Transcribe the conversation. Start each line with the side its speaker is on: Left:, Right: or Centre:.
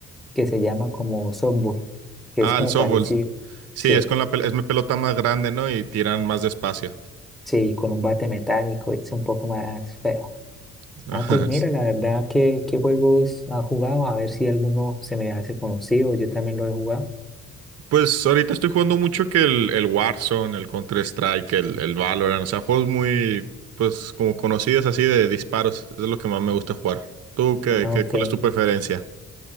Centre: que se llama como softball, que
Right: Ah,
Centre: es como
Right: el softball.
Centre: parecido.
Right: Sí,
Centre: Sí.
Right: es con la pel- es mi pelota más grande, ¿no? Y tiran más despacio.
Centre: Sí, con un bate metálico es un poco más feo.
Right: <laughs>
Centre: Ah, pues mira,
Right: sí.
Centre: la verdad, ¿qué, qué juegos has jugado? A ver si alguno se me hace conocido, yo también lo he jugado.
Right: Pues ahorita estoy jugando mucho que el, el Warzone, el Counter-Strike, el, el Valorant, o sea, juegos muy, pues, como conocidos así de disparos. Eso es lo que más me gusta jugar. ¿Tú qué,
Centre: Ah,
Right: qué-
Centre: ok.
Right: cuál es tu preferencia?